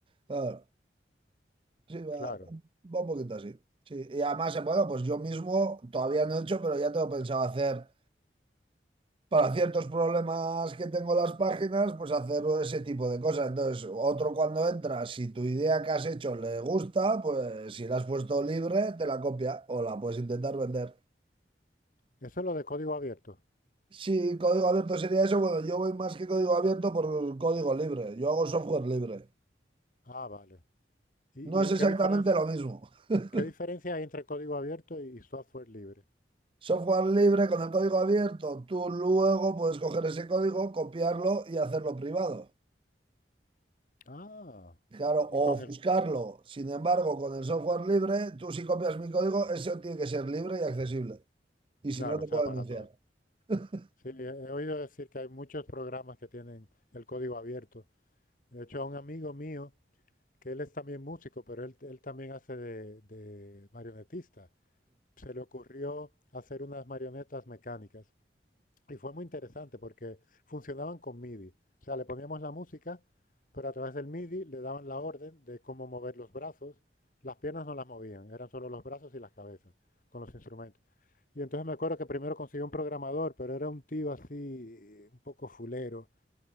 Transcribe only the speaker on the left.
claro,
Eso es lo de código abierto.
Ah, vale. ¿Y,
y qué
diferencia,
qué diferencia hay entre código abierto y software libre?
Ah,
y con
el,
claro,
o sea,
para
todos.
Sí, he he oído decir que hay muchos programas que tienen el código abierto. De hecho, a un amigo mío, que él es también músico, pero él, él también hace de, de marionetista, se le ocurrió hacer unas marionetas mecánicas Y fue muy interesante porque funcionaban con MIDI. O sea, le poníamos la música, pero a través del MIDI le daban la orden de cómo mover los brazos. Las piernas no las movían, eran solo los brazos y las cabezas con los instrumentos. Y entonces me acuerdo que primero conseguí un programador, pero era un tío así, un poco fulero.